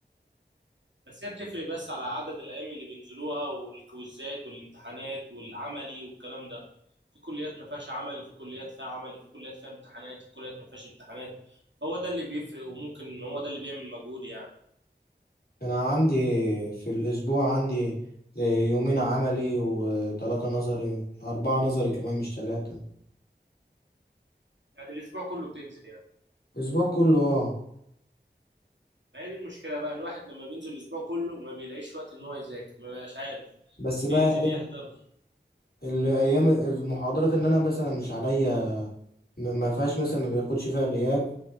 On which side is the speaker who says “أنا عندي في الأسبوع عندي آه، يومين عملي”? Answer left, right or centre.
Left